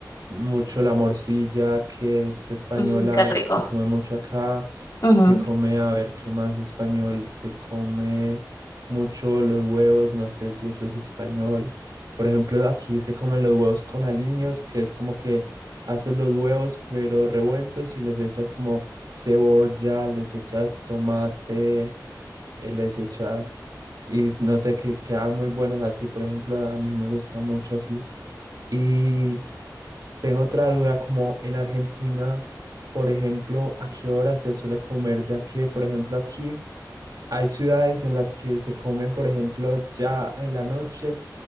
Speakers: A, on the right (about 60°); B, on the left (about 45°).
A: mucho la morcilla, que es española,
B: Mm, qué rico.
A: se come mucho acá.
B: Ujú.
A: Se come, a ver, ¿qué más español? Se come mucho los huevos, no sé si eso es español. Por ejemplo, aquí se comen los huevos con aliños, que es como que haces los huevos, pero revueltos y les echas como cebolla, les echas tomate eh, les echas y no sé, que queda muy buenos así, por ejemplo, a mí me gusta mucho así. Y tengo otra duda, como en Argentina, por ejemplo, ¿a qué hora se suele comer? Ya que, por ejemplo, aquí... Hay ciudades en las que se comen, por ejemplo, ya en la noche,